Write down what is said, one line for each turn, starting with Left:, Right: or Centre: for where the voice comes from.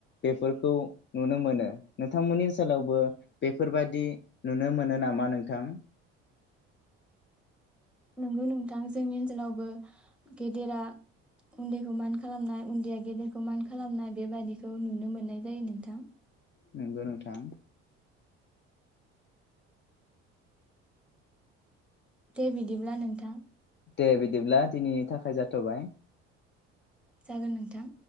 Left: बेफोरखौ नुनो मोनो नोंथांमोननि ओनसोलावबो बेफोरबादि नुनो मोनो नामा नोंथां?
Centre: नंगौ नोंथां जोंनि ओनसोलावबो गेदेरा उन्दैखौ मान खालामनाय उन्दैया गेदेरखौ मान खालामनाय बेबादिखौ नुनो मोननाय जायो नोंथां।
Left: नंगौ नोंथां।
Centre: दे बिदिब्ला नोंथां
Left: दे बिदिब्ला दिनैनि थाखाय जाथ'बाय,
Centre: जागोन नोंथां